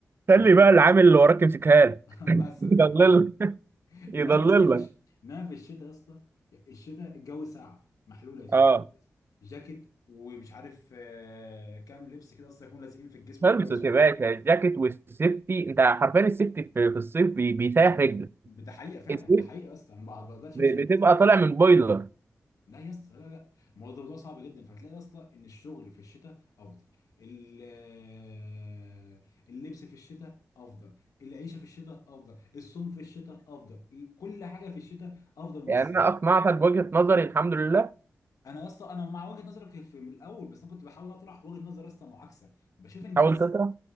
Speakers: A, on the right; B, on the left.
A: خلي
B: فاهمني
A: بقى العامل اللي وراك يمسكها لك
B: <laughs> مثلا
A: <laughs> يضلل
B: يا اخويا
A: يضلل
B: انما يا اسطى في
A: لك
B: الش... انما في الشتاء يا اسطى الشتاء الجو ساقع محلول يا سيدي
A: اه
B: البس جاكيت ومش عارف آه، كام لبس كده اصلا يكون لازقين في الجسم
A: خلصت
B: كويس
A: يا باشا الجاكيت والسيفتي انت حرفيا السيفتي في, في الصيف بي- بيسيح رجلك
B: ده حقيقه فعلا
A: السيف
B: ده حقيقه يا اسطى انا ما بقدرش
A: ب-
B: امشي بيه
A: بتبقى
B: يا اسطى
A: طالع من بويلر
B: لا يا اسطى لا لا الموضوع ده موضوع صعب جدا فهتلاقي يا اسطى ان الشغل في الشتاء افضل ال- آه، اللبس في الشتاء افضل العيشه في الشتاء افضل الصوم في الشتاء افضل كل حاجه في الشتاء افضل من
A: يعني
B: الصيف
A: انا اقنعتك بوجهه نظري الحمد لله
B: انا يا اسطى انا مع وجهه نظرك في من الاول بس انا كنت بحاول اطرح وجهه نظر يا اسطى معاكسه بشوف الناس
A: حاول تطرح